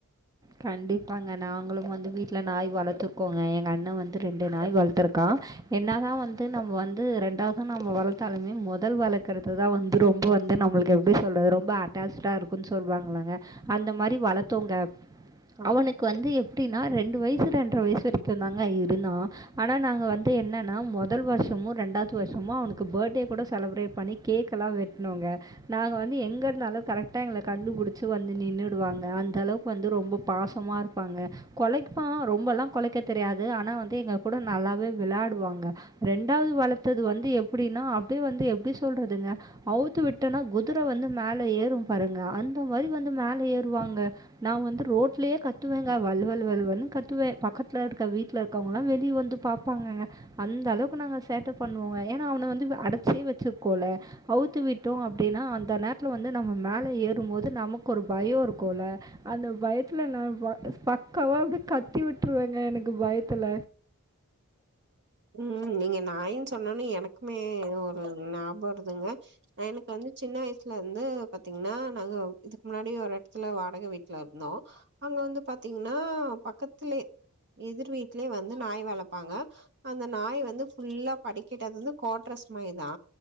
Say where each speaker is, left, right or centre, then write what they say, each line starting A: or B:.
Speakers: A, on the right (about 15°); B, on the right (about 50°).
A: கண்டிப்பாங்க நாங்களு வந்து வீட்டில நாய் வளத்துருக்கோங்க எங்க அண்ண வந்து ரெண்டு நாய் வளத்துருக்கா என்னாதா வந்து நம்ம வந்து ரெண்டாவது நம்ம வளத்தாலுமே முதல் வளக்குறதுதா வந்து ரொம்ப வந்து நம்மளுக்கு எப்டி சொல்றது ரொம்ப அட்டாச்சுடா இருக்குன்னு சொல்லுவாங்களங்க அந்த மாரி வளத்தோங்க அவனுக்கு வந்து எப்டினா ரெண்டு வயசு ரெண்டர வயசு வரைக்கு தாங்க இருந்தா ஆனா நாங்க வந்து என்னனா முதல் வருஷமு ரெண்டா து வருஷமோ அவனுக்கு பர்டே கூட செலிப்ரேட் பண்ணி கேக்கெலா வெட்னோங்க நாங்க வந்து எங்க இருந்தாலு கரெக்டா எங்கள கண்டுபுடிச்சு வந்து நின்னுடுவாங்க அந்த அளவு பு வந்து ரொம்ப பாசமா இருப்பாங்க கொலைப்பா ரொம்பலா கொலைக்க தெரியாது ஆனா வந்து எங்க கூட நல்லாவே விளையாடுவாங்க ரெண்டாவது வளத்தது வந்து எப்டினா அப்டியே வந்து எப்டி சொல்றதுங்க அவுத்து விட்டனா குதிரை வந்து மேல ஏறும் பாருங்க அந்த மாரி வந்து மேல ஏறுவாங்க நான் வந்து ரோட்லயே கத்துவேங்க வல்லு வல்லு வல்லு வல்லு கத்துவே பக்கத்லல இருக்க வீட்ல இருக்கவங்கல்லா வெளிய வந்து பாப் ப்பாங்கங்க அந்த அளவுக்கு நாங்க சேட்ட பண்ணுவோங்க ஏனா அவன வந்து அடச்சே வச்சிருக்கோல அவுத்து விட்டோ அப்டினா அந்த நேரத்துல வந்து நம்ம மேல ஏறும் போது நமக்கு ஒரு பயோ இருக்குல அந்த பயத்துல நா ப பக்காவா அப்டி கத்தி விட்ருவேங்க எனக்கு பயத்துல
B: ம் நீங்க நாயின் சொன்னோனே எனக்குமே ஒரு ஞாப வருதுங்க எனக்கு வந்து சின்ன வயசுல இருந்து பாத்தீங்கனா நாங்க இதுக்கு முன்னாடி ஒரு எடத்துல வாடக வீட்ல இருந்தோ அங்க வந்து பாத்தீங்கனா பக்கத்துலயே எதிர் வீட்லேயே வந்து நாய் வளப்பாங்க அந்த நாய் வந்து ஃபுல்லா படிக்கிட்ட அது வந்து கோட்ரஸ் மாயி தா